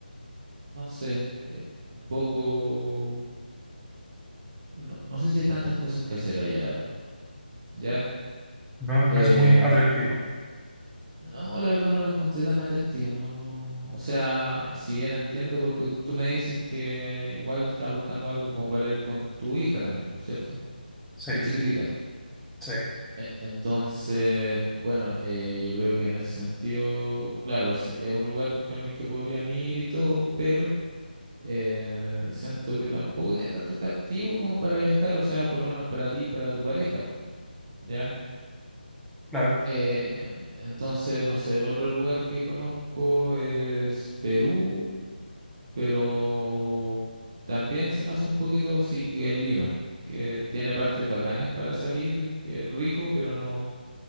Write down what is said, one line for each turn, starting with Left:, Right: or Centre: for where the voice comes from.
Right: no sé, eh, un poco... No, no sé si hay tantas cosas que hacer allá, la verdad. ¿Ya?
Centre: No,
Right: Eh,
Centre: no es muy atractivo.
Right: No, la verdad no lo encontré tan atractivo, no, no. O sea, si bien entiendo porque tú me dices que igual estás buscando algo como para ir con tu hija también, por cierto,
Centre: Sí,
Right: que es chiquitita.
Centre: sí,
Right: E- Entonces, bueno, eh, yo creo que en ese sentido, claro, se- es un lugar con el que podrían ir y todo, pero eh, siento que tampoco tiene tanto atractivo como para viajar, o sea, por lo menos para ti y para tu pareja, ¿ya?
Centre: claro.
Right: Eh, entonces, no sé, el otro lugar que conozco es Perú, pero también se me hace un poquito, sí, que es Lima, que tiene partes bacanas para salir, que es rico, pero no,